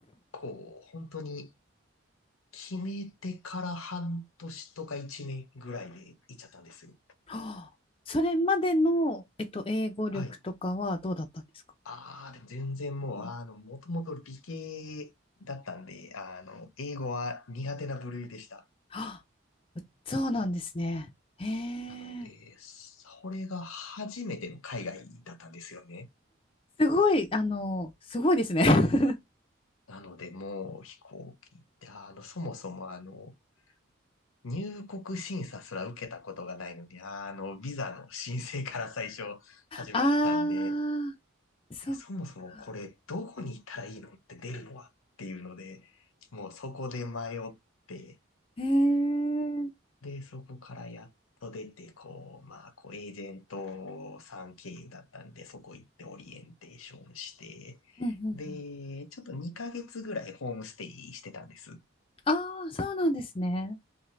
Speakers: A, on the left (about 80°); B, on the left (about 25°).
A: 構本当に決めてから半年とか1年ぐらいで行っちゃったんですよ。
B: ああ、それまでの、えっと、英語力とかはどうだったんですか
A: はい。ああ、でも全然もう、あの、もともと理系だったんで、あの、英語は苦手な部類でした。
B: ああ、そうなんですね。へえ、
A: なので、それが初めての海外だったんですよね。
B: すごい、あの、すごいですね。<laughs>
A: なので、もう飛行機って、あの、そもそもあの、入国審査すら受けたことがないのに、あの、ビザの申請から最初始まったんで、
B: ああ、そっか。
A: で、そもそもこれ、どこに行ったらいいのって出るのはっていうので、もうそこで迷って、
B: へえ、うん
A: で、そこからやっと出て、こう、まあ、こう、エージェントさん経由だったんで、そこ行ってオリエンテーションして、
B: うんうん。
A: で、ちょっと2ヶ月ぐらいホームステイしてたんです。
B: ああ、そうなんですね。